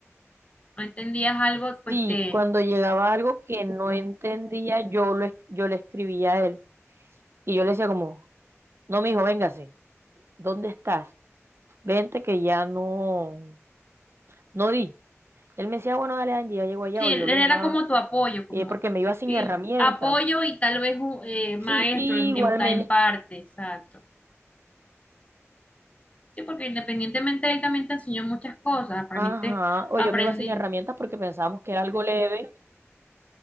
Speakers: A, on the left; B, on the right.
A: no entendías algo, pues
B: sí,
A: te
B: cuando llegaba algo que no entendía, yo lo, es- yo le escribía a él y yo le decía como, no, mijo, véngase, ¿dónde estás? Vente que ya no, no di. Él me decía, bueno, dale, Angie, ya llego allá,
A: Sí,
B: o yo
A: él
B: lo
A: él
B: llamaba,
A: era como tu apoyo, como
B: eh, porque me iba sin
A: y
B: herramientas.
A: apoyo y tal vez un, eh, maestro
B: Sí, y
A: en,
B: igualmente,
A: en, ta- en parte, exacto. Sí, porque independientemente él también te enseñó muchas cosas, aprendiste,
B: ajá, o
A: aprendí,
B: yo me iba sin herramientas porque pensábamos que era algo leve.